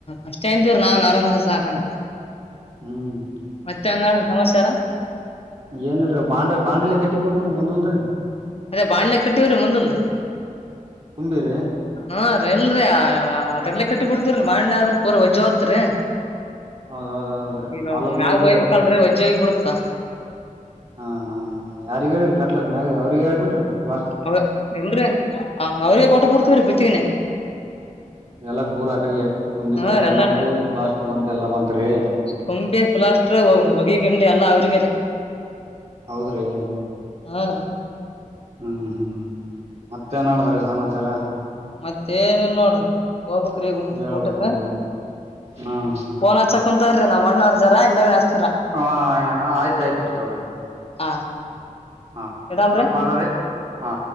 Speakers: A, on the left; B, on the right.
A: ಅಷ್ಟೇ ಅಂತವ್ ನಾವ್ನ್ ಆರಾಮ್ ಆದ್ರ ಸಾಕಂತ
B: ಹ್ಮ್
A: ಮತ್ತೆನ್ ನಡದದ ಸಮಾಚಾರಾ?
B: ಏನಿಲ್ರೀ ಬಾಂಡ್ ಬಾಂಡಲೆ ಕಟ್ಟಿ ಬಿಡ್ಬೋರೀ ಮುಂದಲ್ದ
A: ಅದೇ ಬಾಣಲೆ ಕಟ್ಟಿವ್ರೀ ಮುಂದಲ್ದ
B: ಕುಂಬಿರಿ
A: ಹ್ ರಿಲ್ರಿ ಅ ಅ ಅದ್ರಲ್ಲೇ ಕಟ್ಟಿ ಬಿಡ್ತೀವ್ರಿ ಮಾಡ್ಲಿಲ್ಲ ಆದ್ರ ಪೂರ್ ವಜ್ಜಿ ಹೋತುದ್ರಿ.
B: ಹೌದೌದ ಹೌದ್ರಿ
A: ಈಗ ಅವ
B: ಆಲೋಪ್ಲಕ್
A: ಮ್ಯಾಗ ವಯ್ಬೇಕಲ್ರೀ ವಜ್ಜೆ ಆಗ್ ಬಿಡತದ.
B: ಹಾ ಹಾ ಯಾರಿಗ ಹೇಳಿರಿ ಕಟ್ಲಾಕ್ ಮ್ಯಾಗ ಅವ್ರಿಗ್ ಹೇಳ್ ಬಿಟ್ಟಿರಿ ಅಲಾ.
A: ಅವ ಇಲ್ರಿ ಅವ್ರಿಗೆ ಕೊಟ ಬಿಡ್ತವ್ರೀ ಗುತ್ತಿಗೆನೆ.
B: ಎಲ್ಲಡ್ ಪೂರ್ ಅಕಡಿಗೆ ಕುಂಬಿ
A: ಹಾ
B: ಕಟ್ಟದ
A: ರೀ ಎಲ್ಲಾ
B: ಬಂತ ಪ್ಲಾಸ್ಟರ್ ಬಂತ ಎಲ್ಲಾ ಬಂತ್ರಿ
A: ಕುಂಬಿ ಪ್ಲಾಸ್ಟರ್ ಬಗೆ ಗಿಂಡಿ ಎಲ್ಲಾ ಅವ್ರಿಗೇ ರಿ.
B: ಹೌದ್ರಿ
A: ಹಾ ರೀ
B: ಹ್ಮ್ ಹ್ಮ್ ಮತ್ತೆನ್ ನಡದದ್ರೀ ಸಮಾಚಾರಾ?
A: ಮತ್ತೆ ಏನಿಲ್ಲ ನೋಡ್ರಿ ಹೋಗಬೇಕ್ರಿ ಈಗ
B: ಹೇಳ್ಬೇಕ್
A: ಊಟಕ್ಕ.
B: ನೀವೇ ಹ್ಮ್
A: ಫೋನ್ ಹಚ್ಚಕ ಕುಂತಾರ್ರೀ ನಮ್ಮಣ್ಣವ್ರ ಜರ ಹಿಂದಾಗದ ಹಚ್ಚ್
B: ಹ ಹಾ ಆಯ್ತಾಯ್ತ್ ರೀ ತೊಗೋರಿ.
A: ಹಾ
B: ಹಾ
A: ಇಡಾಮ್ರಿ
B: ಕಟ್ ಮಾಡರ್ರಿ ಹಾ.